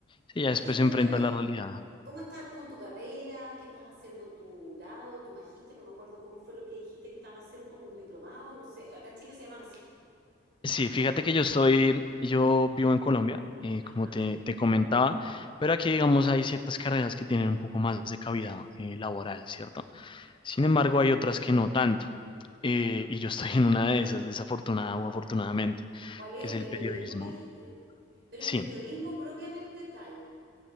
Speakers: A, on the left (about 25°); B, on the right (about 55°).
A: sí, ya después
B: Oye, cuéntame,
A: se enfrenta a la realidad.
B: ¿cómo estás con tu carrera? ¿Qué estás haciendo tu grado, tu magíster? No me acuerdo cómo fue lo que dijiste que estabas haciendo, un diplomado, no sé. Acá en Chile se llaman así.
A: Sí, fíjate que yo estoy, yo vivo en Colombia, eh,
B: Ajá.
A: como te, te comentaba, pero aquí, digamos, hay ciertas carreras que tienen un poco más de cabida eh, laboral, ¿cierto? Sin embargo, hay otras que no tanto. eh, y yo estoy en una de esas, desafortunada
B: Wow.
A: o afortunadamente,
B: ¿Cuál es
A: que es
B: el
A: el
B: periodismo,
A: periodismo.
B: me dijiste? Pero
A: Sí,
B: es periodismo propiamente tal.